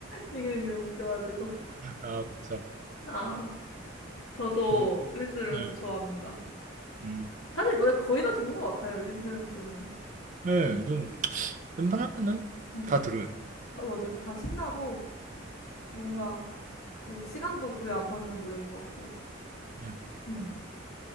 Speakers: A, on the left; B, on the right.
A: 이기는 게 너무 웃겨가지고.
B: 아 그쵸.
A: 아, 저도
B: 그러고
A: 이미지 드래곤스
B: 음.
A: 좋아합니다.
B: 음.
A: 사실 노래 거의 다 좋은 것 같아요, 이미지 드래곤스는.
B: 네, 좀 웬만하면은
A: 네.
B: 다 들어요.
A: 다, 맞아요. 다 신나고, 뭔가, 그, 시간도 구애 안 받는 노래인 것 같고.
B: 예.
A: 네.